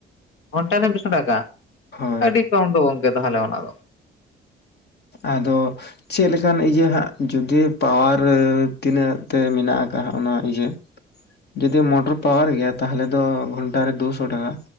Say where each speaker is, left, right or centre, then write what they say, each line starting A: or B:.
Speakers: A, on the left; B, on the left.
A: ᱜᱷᱚᱱᱴᱟ ᱨᱮ ᱢᱤᱥᱥᱚ ᱴᱟᱠᱟ
B: ᱦᱳᱭ
A: ᱟᱹᱰᱤ ᱠᱚᱢ ᱫᱚ ᱜᱚᱢᱠᱮ ᱛᱟᱦᱚᱞᱮ ᱚᱱᱟ ᱫᱚ
B: ᱟᱫᱚ ᱪᱮᱫ ᱞᱮᱠᱟᱱ ᱤᱭᱟᱹ ᱦᱟᱸᱜ ᱡᱩᱫᱤ ᱯᱟᱣᱟᱨ ᱛᱤᱱᱟᱹᱜ ᱛᱮ ᱢᱮᱱᱟᱜ ᱟᱠᱟᱜ ᱚᱱᱟ ᱤᱭᱟᱹ ᱡᱚᱫᱤ ᱢᱚᱴᱚᱨ ᱯᱟᱣᱟᱨ ᱜᱮᱭᱟ ᱛᱟᱦᱚᱞᱮ ᱫᱚ ᱜᱷᱚᱱᱴᱟᱨᱮ ᱫᱩᱥᱚ ᱴᱟᱠᱟ